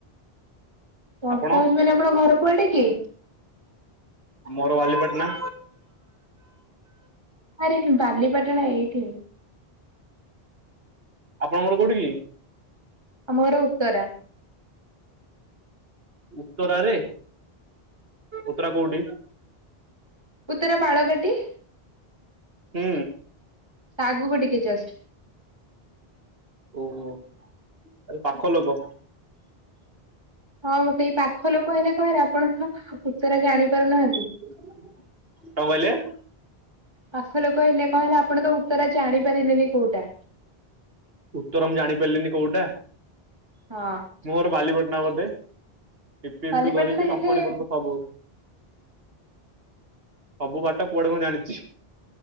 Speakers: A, on the right; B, on the right.
A: ବର୍ଷା
B: ଆପଣ?
A: ହଉଚି ମାନେ ଆପଣ ଘର କୁଆଡ଼େ କି?
B: ମୋର ବାଲିପାଟନା।
A: ଆରେ ବାଲିପାଟଣା ଏଇଠି।
B: ଆପଣଙ୍କଘର କୋଉଠି କି?
A: ଆମ ଘର ଉତ୍ତରା।
B: ଉତ୍ତରାରେ? ଉତ୍ତରା କୋଉଠି?
A: ଉତ୍ତର ବାଳକାଟି।
B: ହୁଁ।
A: ତା ଆଗକୁ ଟିକେ ଜଷ୍ଟ।
B: ଓହୋ ତା ହେଲେ ପାଖ ଲୋକ।
A: ହଁ ମୁଁ ସେଇ ପାଖ ଲୋକ ହେଲେ କଣ ହେଲା, ଆପଣ ତ ଉତରା ଜାଣିପାରୁନାହାନ୍ତି।
B: କଣ କହିଲେ?
A: ପାସ ଲୋକ ହେଲେ କଣ ହେଲା ଆପଣ ତ ଉତ୍ତରା ଜାଣିପାରିଲେନି କୋଉଟା।
B: ଉତ୍ତର ମୁଁ ଜାଣି ପାରିଲିନି କୋଉଟା?
A: ହଁ।
B: ମୋର ବାଲିପଟଣା ବୋଧେ। ପିପିଲ
A: ବାଲିପାଟଣା
B: ଟୁ ଧରିକି ଟଙ୍କଣି
A: ହେଲେ
B: ପର୍ଯ୍ୟନ୍ତ ସବୁ। ସବୁ ବାଟ କୁଆଡେ ମୁଁ ଜାଣିଚି।